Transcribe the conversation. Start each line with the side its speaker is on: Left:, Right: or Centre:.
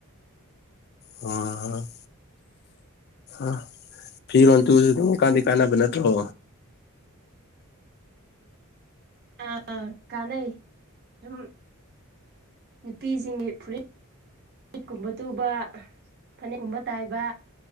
Left: ꯑꯣ ꯑ ꯐꯤꯔꯣꯟ ꯇꯨꯁꯨ ꯑꯗꯨꯝ ꯀꯥꯟꯗꯤ ꯀꯥꯟꯅꯕ ꯅꯠꯇ꯭ꯔꯣ
Right: ꯑ ꯀꯥꯟꯅꯩ ꯑꯗꯨꯝ ꯅꯨꯄꯤꯁꯤꯡꯒꯤ ꯐꯨꯔꯤꯠ ꯐꯨꯠꯀꯨꯝꯕ ꯇꯨꯕ ꯐꯅꯦꯛꯀꯨꯝꯕ ꯇꯥꯏꯕ